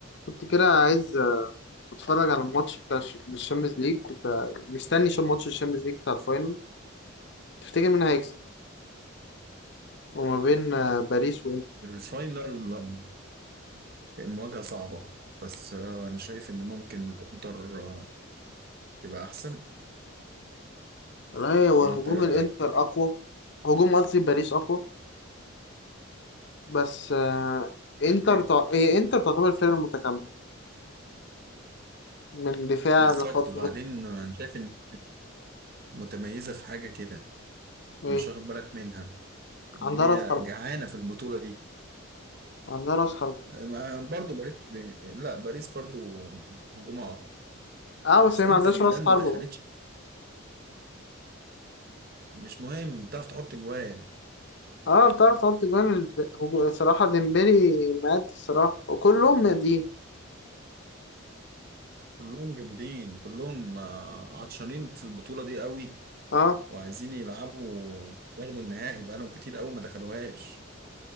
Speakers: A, on the left; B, on the right.
A: كنت كده عايز اتفرج على الماتش بتاع الش- الشامبيونز ليج كنت مستني شو ماتش الشامبيونز ليج بتاع الفاينل تفتكر مين هيكسب وما بين آه، باريس وانتر
B: الفاينل آه، المواجهة صعبة بس آه، أنا شايف إن ممكن الإنتر آه، تبقى أحسن
A: لا هو
B: ولا
A: هجوم
B: أنت إيه رأيك؟
A: الانتر اقوى هجوم قصدي باريس اقوى بس آه، انتر
B: مم.
A: تع... هي انتر تعتبر فرقة متكاملة من دفاع
B: بالظبط
A: لخط
B: وبعدين
A: وسط.
B: آه، أنا شايف إن متميزة في حاجة كده
A: ايه
B: أنت مش واخد بالك منها إن
A: عندها
B: هي
A: راس حرب
B: جعانة في البطولة دي
A: عندها راس حرب
B: آه، برضو باريس لا باريس برضو هجومها أقوى
A: اه بس
B: بس
A: هي
B: إنتر
A: ما عندهاش
B: ميلان
A: راس حرب
B: ما دخلتش مش مهم بتعرف تحط جوان
A: اه بتعرف تحط جوان ال- هجو- الصراحة ديمبلي مادي الصراحة وكلهم ماديين
B: كلهم جامدين كلهم آه، عطشانين في البطولة دي قوي
A: اه
B: وعايزين يلعبوا ياخدوا النهائي بقالهم كتير قوي ما دخلوهاش